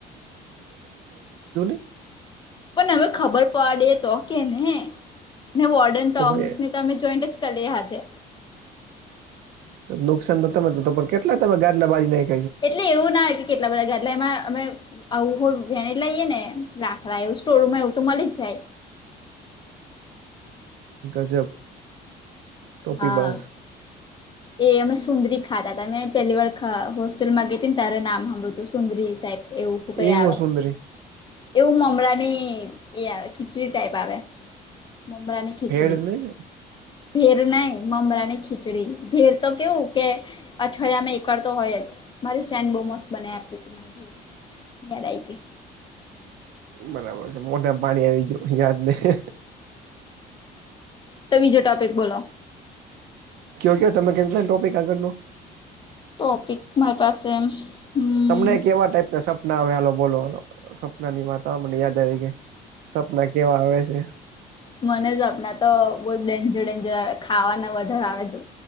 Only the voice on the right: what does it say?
<unintelligible>
પણ
એ
નુકસાન તો તમે તો પણ કેટલા તમે ગાડલા બાળીના
ગજબ, ટોપી
બાજ
એ
હું સુંદરી
ફેર ન ઈ ને,
બરાબર છે મોઢામાં પાણી આવી ગયું યાદ નહી.
કયો કે તમે કેમ ટોપિક આગળ નો,
તમને કેવા ટાઈપ સપના આવે હાલો બોલો સપના ની વાતને યાદ આવી. સપના કેવા આવે છે.